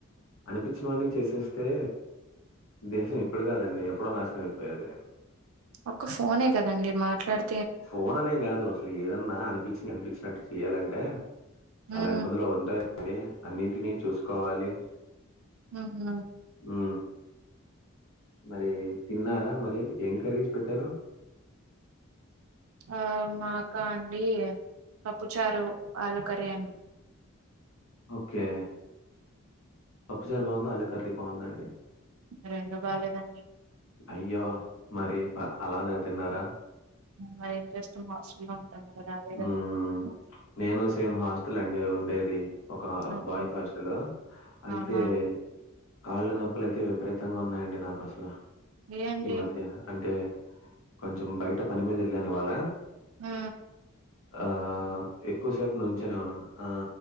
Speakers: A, on the left; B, on the right.
A: అనిపించినవన్నీ చేసేస్తే దేశం ఇప్పుడు కాదండి ఎప్పుడో నాశనం అయిపోయేది
B: ఒక్క ఫోనే కదండి మాట్లాడ్
A: ఫోన్ అనే కాదు అసలు ఏదన్న అనిపిం <unintelligible> అనిపించినట్టు చెయ్యాలంటే చాల
B: హ్మ్
A: ఇబ్బందులు ఉంటాయండి అన్నిటిని చూసుకోవాలి
B: ఆహా
A: ఉ మరి తిన్నార మరి ఎం కరీస్ పెట్టారు
B: ఆ మాకా అండి పప్పుచారు ఆలు కర్రీ అం
A: ఓకే పప్పుచారు బాగుంద అలు కర్రీ బాగుంద అండి
B: రెండు బాలేదండి
A: అయ్యో మరి ప అలానే తిన్నార
B: మరి ఏం <unintelligible> హాస్టల్ లో
A: హ్మ్.
B: <unintelligible> <unintelligible>
A: నేను సేమ్ హాస్టల్ అండి ఉండేది ఒక
B: ఓకే
A: బాయ్స్ హాస్టలు అయితే
B: ఆహా
A: కళ్ళు నొప్పులు అయితే విపరీతంగా ఉన్నాయండి నాకు అసలు
B: ఏంటి
A: ఈ మధ్య అంటే కొంచెం బయట పని మీద ఏళ్ళాను ఇవాళ
B: హు
A: ఆ ఎక్కువసేపు నుంచునే ఉన్నాను ఆ